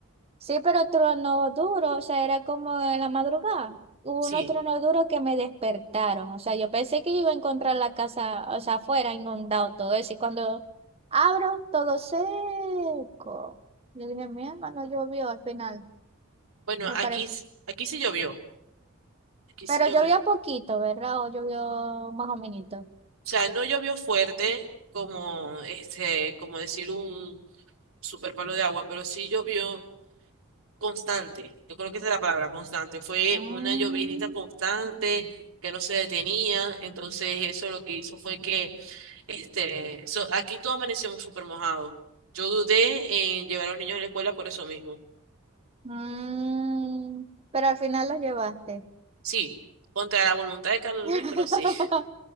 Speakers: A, on the right (about 30°); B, on the right (about 75°).
A: sí, pero trueno duro, o sea, era como en la madrugada. Hubo
B: sí.
A: unos truenos duros que me despertaron, o sea, yo pensé que yo iba a encontrar la casa, o sea, afuera, inundado todo eso, y cuando abro, todo seco. Yo dije, mi hermano llovió al final,
B: Bueno,
A: me
B: aquí,
A: parece.
B: s- aquí sí llovió, aquí
A: Pero
B: sí llovió.
A: llovió
B: O
A: poquito, ¿verdad? O llovió más o menos.
B: sea, no llovió fuerte como, este, como decir un super palo de agua, pero sí llovió constante. Yo creo que esa es la palabra, constante. Fue
A: Mm,
B: una llovinita constante que no se detenía. Entonces, eso lo que hizo fue que, este, so- aquí todo amanecimos súper mojado. Yo dudé en llevar a los niños a la escuela por eso mismo.
A: mm, pero al final los llevaste.
B: Sí, contra la voluntad de Carlos
A: <laughs>
B: Luis, pero sí.